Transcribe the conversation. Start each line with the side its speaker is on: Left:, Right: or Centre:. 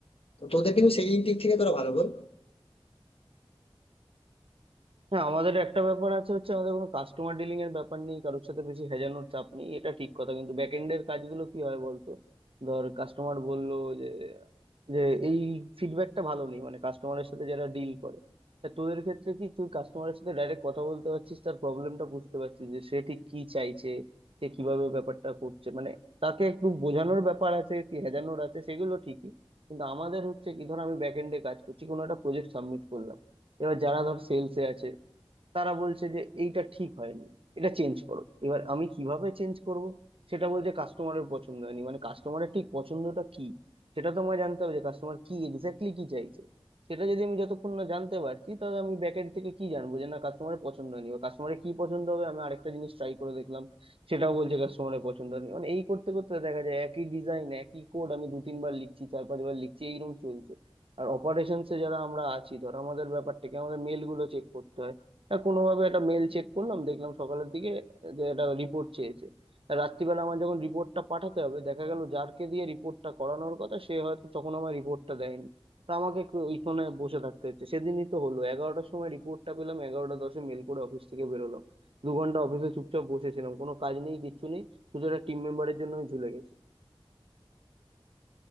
Left: তো তোদের কিন্তু সেই দিক থেকে তোরা ভালো বল
Right: হ্যাঁ আমাদের একটা ব্যাপার আছে হচ্ছে আমাদের কোনো কাস্টমার ডিলিং এর ব্যাপার নেই কারোর সাথে বেশি হেজানোর চাপ নেই এটা ঠিক কথা কিন্তু ব্যাক এন্ডের কাজগুলো কি হয় বলতো ধর কাস্টমার বললো যে যে এই ফিডব্যাকটা ভালো নেই মানে কাস্টমারের সাথে যারা ডিল করে তা তোদের ক্ষেত্রে কি তুই কাস্টমারের সাথে ডাইরেক্ট কথা বলতে পারছিস তার প্রবলেমটা বুঝতে পারছিস যে সে ঠিক কি চাইছে সে কিভাবে ব্যাপারটা করছে মানে তাকে একটু বোঝানোর ব্যাপার আছে কি হেজানোর আছে সেগুলো ঠিকই কিন্তু আমাদের হচ্ছে কি ধর আমি ব্যাক এন্ডে কাজ করছি কোনো একটা প্রজেক্ট সাবমিট করলাম এবার যারা ধর সেলসে আছে তারা বলছে যে এইটা ঠিক হয়নি এটা চেঞ্জ করো এবার আমি কিভাবে চেঞ্জ করব সেটা বলছে কাস্টমারের পছন্দ হয়নি মানে কাস্টমারের ঠিক পছন্দটা কি সেটা তো আমায় জানতে হবে যে কাস্টমার কি এক্স্যাক্টলি কি চাইছে সেটা যদি আমি যতক্ষণ না জানতে পারছি তাহলে আমি ব্যাকএন্ড থেকে কি জানবো যে না কাস্টমারের পছন্দ হয়নি বা কাস্টমারের কি পছন্দ হবে আমি আরেকটা জিনিস ট্রাই করে দেখলাম সেটাও বলছে কাস্টমারের পছন্দ হয়নি মানে এই করতে করতে দেখা যায় একই ডিজাইন একই কোড আমি দু তিনবার লিখছি চার পাঁচবার লিখছি এইরকম চলছে আর অপারেশনসে যারা আমরা আছি ধর আমাদের ব্যাপারটাকে আমাদের মেল গুলো চেক করতে হয়, তা কোনোভাবে একটা মেল চেক করলাম দেখলাম সকালের দিকে যে একটা রিপোর্ট চেয়েছে তা রাত্রিবেলা আমার যখন রিপোর্টটা পাঠাতে হবে দেখা গেল যারকে দিয়ে রিপোর্টটা করানোর কথা সে হয়তো তখন আমার রিপোর্টটা দেয়নি তা আমাকে একটু ওইখানে বসে থাকতে হচ্ছে সেদিনই তো হলো এগারোটার সময় রিপোর্টটা পেলাম এগারোটা দশে মেল করে অফিস থেকে বেরোলাম দু ঘন্টা অফিসে চুপচাপ বসেছিলাম কোনো কাজ নেই কিচ্ছু নেই শুধু একটা টিম মেম্বারের জন্য আমি ঝুলে গেছি